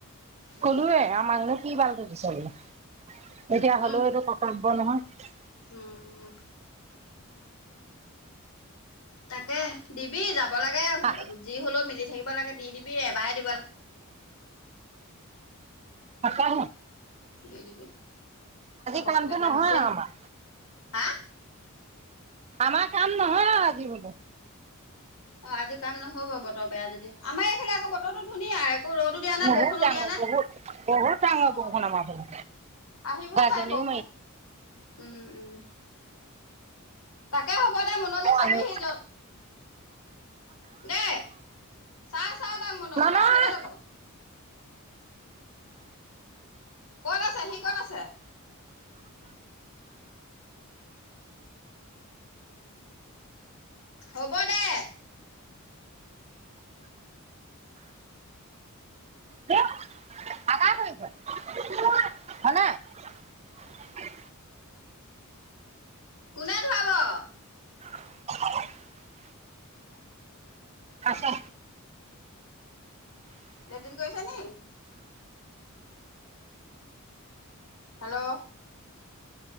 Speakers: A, on the left; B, on the right.
A: উম,
B: কলুৱে
A: উম।
B: আ মং কি ভালত ত চাগল এতিয়া
A: উম,
B: হ'লেও ব নহয়
A: উম তাকে দিবি যাব লাগে
B: আহ
A: যি হলেও মিলি থাকিব লাগে। দি দিবি এবাৰে দিব লাগে
B: আকা
A: দি দিবি চবককে
B: কামটো
A: দিয়া
B: নহয়
A: হৈছে
B: আৰু আমাৰ
A: হা
B: আমাৰ কাম নহয় আৰু আজি মান
A: অ আজি কাম নহ' ব বতৰ বেয়া যদি আমাৰ এইফালে আকৌ বতৰো ধুনীয়া একৌ ৰ'দো দিয়া নাই
B: বহুত
A: বৰষুণো
B: ডাঙৰ
A: দিয়া নাই
B: বহুত বহুত ডাঙৰ
A: অ
B: বৰষুণ আমাৰ ফালে
A: আহিবও
B: গাজনিও
A: পাৰে বৰষুণ উম উম তাকে হ'ব দে মুনলে
B: মাৰিছে
A: চাবি সি য দেই চাই চা তাক মুনুক
B: ননয়,
A: হিৰলৈ যাব কত আছে সি কত আছে হ'ব দে
B: কি আমাৰ কৰিছে হয় নাই
A: কোনে ধোৱাব?
B: <unintelligible> আছে
A: লেট্ৰিন কৈছে নি হেল্ল'